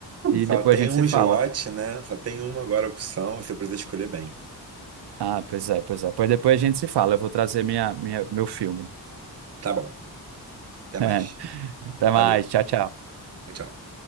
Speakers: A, on the right; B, on the right.
A: e
B: Só
A: depois
B: tem
A: a gente
B: um
A: se fala.
B: slot, né? Só tem uma agora opção, você precisa escolher bem.
A: Ah, pois é, pois é. Pois depois a gente se fala. Eu vou trazer minha, minha, meu filme.
B: Tá bom, até
A: <laughs>
B: mais.
A: Até mais.
B: Valeu,
A: Tchau, tchau.
B: tchau.